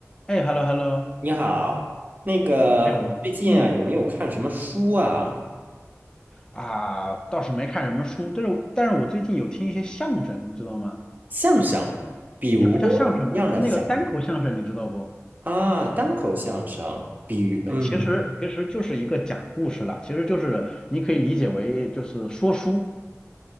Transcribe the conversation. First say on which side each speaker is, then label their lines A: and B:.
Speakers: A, on the left; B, on the right.
A: 哎，hello hello，
B: 你好，那个最近啊，
A: 哎我嗯
B: 有没有看什么书啊？
A: 啊倒是没看什么书，但是但是我最近有听一些相声，你知道吗？
B: 相声，比如什么样的相声
A: 也不叫相声吧，就是那个单口相声，你知道不？
B: 啊？单口相声，
A: 这其实其实就是一个讲故事啦，
B: 嗯
A: 其实就是你可以理解为就是说书，